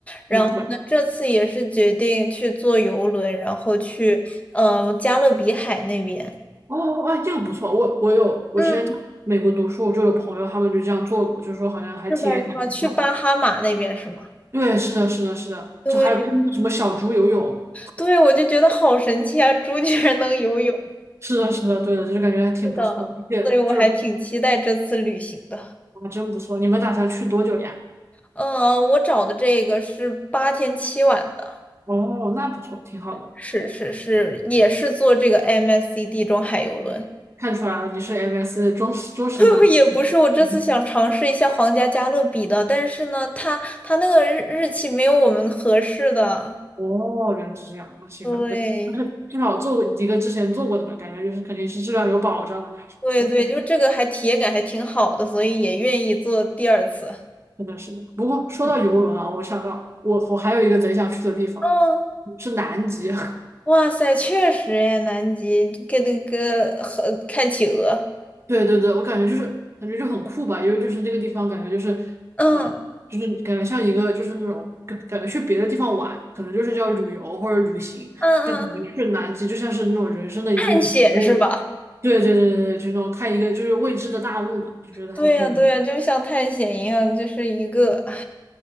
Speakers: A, on the left; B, on the right.
A: 然后呢，
B: 对呀，对呀。
A: 这次也是决定去坐游轮，然后去呃加勒比海那边，
B: 哦，哎，这个不错，我我有，我之前在美国读书，
A: 嗯，
B: 我就有朋友他们就这样做过，就说好像还体验感挺好的。
A: 是吧是吧？去巴哈马那边是吗？
B: 对，是的，是的，是的，
A: 对
B: 就还有看那个什么小猪游泳，
A: 对，我就觉得好神奇啊，猪居然能游泳。
B: 是的，是的，对的，就是感觉还挺不错的，
A: 是的，
B: 而且就是
A: 所以我还挺期待这次旅行的。
B: 啊，真不错。你们打算去多久呀？
A: 嗯、我找的这个是八天七晚的。
B: 哦，那不错，挺好的。
A: 是是是，也是坐这个 MSC 地中海游轮。
B: 嗯看出来了，你是 MS 的忠实忠实粉丝。
A: <laughs> 也不是，我这次想尝试一下皇家加勒比的，
B: 嗯
A: 但是呢，它它那个日日期没有我们合适的。
B: 哦，原来是这样，那行吧，
A: 对
B: 对，但是至少做过一个之前做过的吧，感觉就是肯定是质量有保障的，那还是不错，
A: 对对，就这个还体验感还挺好的，所以也愿意做第二次。
B: 真的是的不过说到游轮啊，
A: 嗯，
B: 我想到我我还有一个贼想去的地方嗯是南极，
A: 嗯
B: <laughs>
A: 哇塞，确实哎，南极跟那个和看企鹅，
B: 对对对，我感觉就是感觉就很酷吧，因为就是那个地方感觉就是
A: 嗯
B: 呃，就是感觉像一个就是那种感感觉去别的地方玩，可能就是叫旅游或者旅行，
A: 嗯嗯，
B: 但感觉去南极就像是那种人生的一个里程碑。
A: 嗯探险是吧？
B: 对对对对对，就是那种看一个就是未知的大陆嘛，就觉得还挺有意思。
A: 对呀对呀，就像探险一样，就是一个，唉。